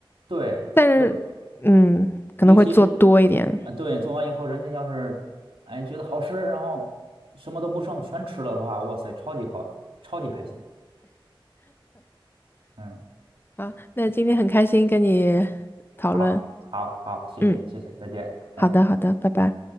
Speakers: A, on the right; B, on the left.
A: 对。
B: 但是，
A: 有。
B: 嗯，可能会做多一点。
A: 尤其是啊，对，做完以后，人家要是哎觉得好吃，然后什么都不剩，全吃了的话，哇塞，超级高，超级开心。嗯，
B: 啊，那今天很开心跟你讨论，
A: 好，好，好，谢谢，
B: 嗯，
A: 谢谢，再见。哎。
B: 好的，好的，拜拜。